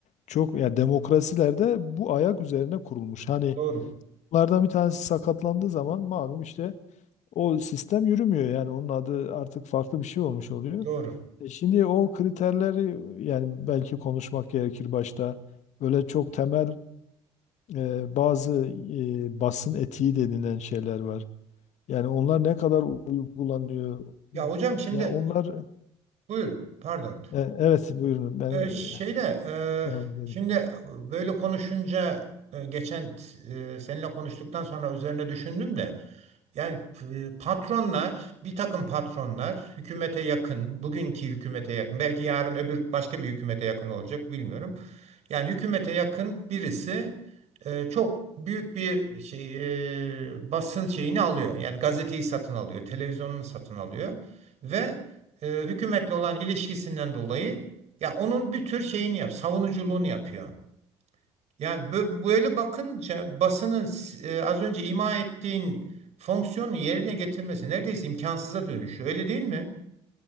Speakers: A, on the left; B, on the right.
A: çok ya demokrasilerde bu ayak üzerine kurulmuş. Hani
B: Doğru
A: bunlardan bir tanesi sakatlandığı zaman malum işte o sistem yürümüyor yani onun adı artık farklı bir şey olmuş oluyor.
B: doğru.
A: E şimdi o kriterleri yani belki konuşmak gerekir başta. Böyle çok temel e, bazı e, basın etiği denilen şeyler var. Yani onlar ne kadar uygulanıyor?
B: Ya hocam şimdi
A: Ya onlar
B: buyur pardon.
A: E, evet buyurun ben
B: Ee, şeyde
A: e, devam
B: e,
A: ederim.
B: şimdi böyle konuşunca e, geçen e, seninle konuştuktan sonra üzerine düşündüm de yani e, patronlar bir takım patronlar hükümete yakın bugünkü hükümete yakın belki yarın öbür başka bir hükümete yakın olacak bilmiyorum. Yani hükümete yakın birisi e, çok büyük bir şey e, basın şeyini alıyor. Yani gazeteyi satın alıyor, televizyonunu satın alıyor ve e, hükümetle olan ilişkisinden dolayı ya onun bir tür şeyini yap, savunuculuğunu yapıyor. Ya bö- böyle bakınca basının e, az önce ima ettiğin fonksiyonu yerine getirmesi neredeyse imkansıza dönüşüyor. Öyle değil mi?